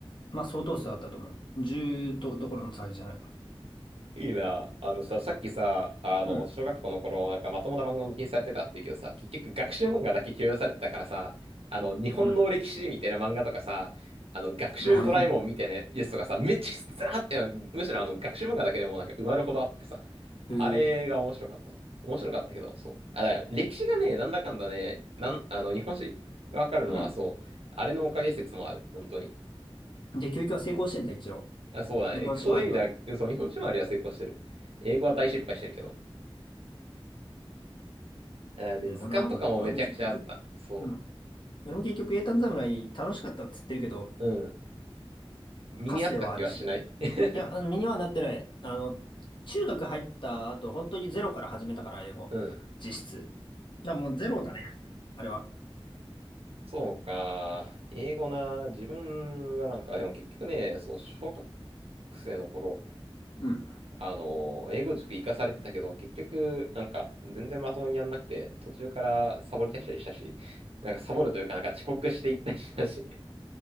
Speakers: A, on the left; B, on the right.
A: まあ相当数あったと思う。10とどころの騒ぎじゃない。
B: いいな。あのさ、さっきさ、あの、
A: うん、
B: 小学校の頃、なんかまともな漫画を禁止されてたって言うけどさ、結局学習漫画だけ許容されてたからさ、あの、日本の歴史みたいな漫画とかさ、
A: うん。
B: あの、学習ドラえもんみたいなやつとかさ、
A: <laughs>
B: めっちゃずらーって、むしろあの、学習漫画だけでもなんか埋まるほどあってさ、
A: へえ。
B: あれが面白かったな。面白かったけど、そう。あ、だから歴史がね、なんだかんだね、なん、あの、日本史がわかるのは、
A: うん。
B: そう、あれのおかげ説もある、本当に。
A: で、教育は成功してんだ、一応。
B: あ、そうだね。
A: 日本酒周りは。
B: そういう意味では、そう、日本史周りは成功してる。英語は大失敗してるけど。あね、
A: ね、
B: 図鑑とかもめちゃくちゃあった。
A: このままでも、俺も結局、
B: そ
A: うん。俺も結局、英単侍楽しかったっつってるけど、
B: う。うん。身に合った気はしない
A: カスではあるし。
B: <laughs>
A: いや、あの、身にはなってない。あの、中学入った後、本当にゼロから始めたから、英語。
B: うん。
A: 実質。だからもうゼロだね。あれは。
B: そうか。英語な。自分はなんか、でも結局ね、そう、小学生の頃、
A: うん。う
B: あの、英語塾行かされてたけど、結局、なんか、全然まともにやんなくて、途中からサボり出したりしたし、なんかサボるというか、なんか遅刻していったりしたし、